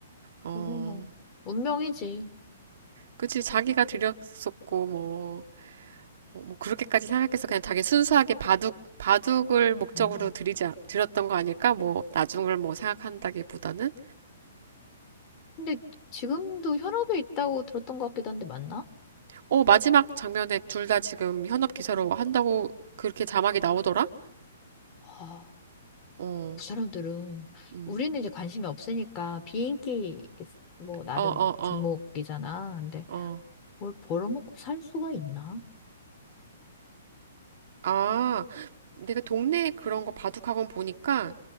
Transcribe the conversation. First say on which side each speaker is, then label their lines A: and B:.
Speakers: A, on the right; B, on the left.
A: 어.
B: 너무 뭐 운명이지.
A: 그치, 자기가 드렸었고, 뭐, 어, 뭐, 그렇게까지 생각해서 그냥 자기 순수하게 바둑, 바둑을 목적으로
B: 음.
A: 드리지, 않- 드렸던 거 아닐까? 뭐, 나중을 뭐 생각한다기보다는.
B: 근데 지금도 현업에 있다고 들었던 것 같기도 한데 맞나?
A: 어, 마지막 장면에 둘 다 지금 현업 기사로 한다고 그렇게 자막이 나오더라?
B: 아,
A: 어,
B: 그 사람들은
A: 음.
B: 우리는 이제 관심이 없으니까 비인기 뭐 나름
A: 어, 어,
B: 종목이잖아.
A: 어,
B: 근데
A: 어.
B: 뭘 벌어먹고 살 수가 있나?
A: 아, 내가 동네에 그런 거 바둑학원 보니까